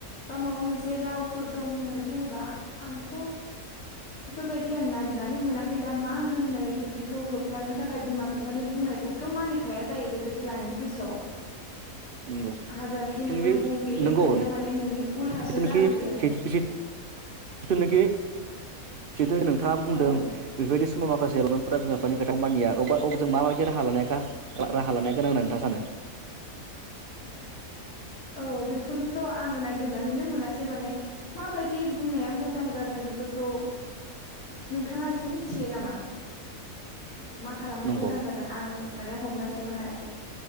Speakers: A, on the left; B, on the right.
A: बा माबा मोनसे रावफोर दं होननानै बुङोबा आंथ' बेफोरबायदि आं नागिरनानै मोनाखै दा मा होननो इफोरदिखौ होबथानो थाखाय बिमा बिफा मानि बुंनायखौबोथ' मानिखाया जायो बेबायदि लाइमोन बैसोयाव।
B: नंगौ
A: हाजारखि
B: जिथुनाखि
A: नोङो बुं बे
B: नंगौ
A: खोथाया माने नोंनि उल्थासो
B: जिथुनाखि
A: जाहोयो आरो।
B: जिथुनाखि जिथु नोंथाङा बुंदों
A: औ
B: बेबायदि माखासे लाइमोनफोरा बिमा बिफानि खोथाखौ मानिया अबा अब जों माबायदि राहा लानाया राहा लानाया गोनां होनना नोंथा सानो?
A: औ बेखौनोथ' आङो नागिरनानैनो मोनासै माने माबायदि बुंनाया मोजां जागोन फोरखौ, नोंथाङा एसे मिथियो नामा? मा खालामबा
B: नंगौ
A: मोजां जागोन आङो माने हमदांस'नो हायासै।